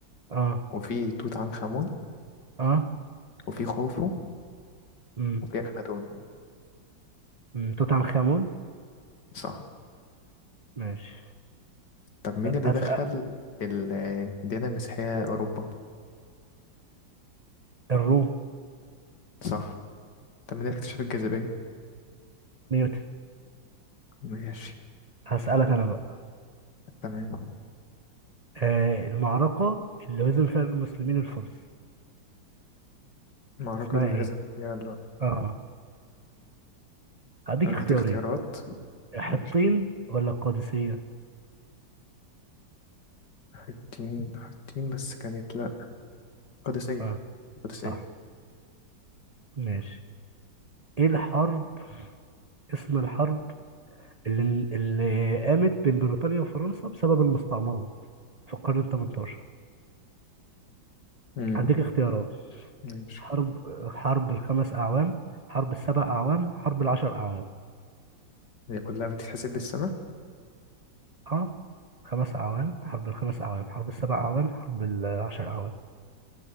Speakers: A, on the right; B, on the left.
A: اه
B: وفي توت عنخ آمون
A: اه
B: وفي خوفو
A: امم
B: وفي أخناتون
A: أمم. توت عنخ امون
B: صح
A: ماشي
B: طب مين اللي
A: هسأل
B: دخل ال- الديانة المسيحية أوروبا
A: الروم
B: صح طب مين اللي اكتشف الجاذبية
A: نيوتن
B: ماشي
A: هسألك انا بقى
B: تمام
A: آه المعركة اللي هزم فيها المسلمين الفرس
B: المعركة
A: اسمها
B: اللي
A: ايه؟
B: هزم فيها
A: اه هديك
B: هات
A: اختيارين
B: اختيارات
A: حطين
B: ماشي
A: ولا القادسية؟
B: حتين حتين بس كانت لأ قادسية
A: اه
B: قادسية
A: صح ماشي ايه الحرب اسم الحرب اللي اللي قامت بين بريطانيا وفرنسا بسبب المستعمرات في القرن ال 18
B: امم
A: هديك اختيارات
B: ماشي
A: حرب حرب الخمس اعوام حرب السبع اعوام حرب العشر اعوام
B: هي كلها بتتحسب بالسنة
A: اه خمس أعوام حرب الخمس أعوام حرب السبع أعوام حرب العشر أعوام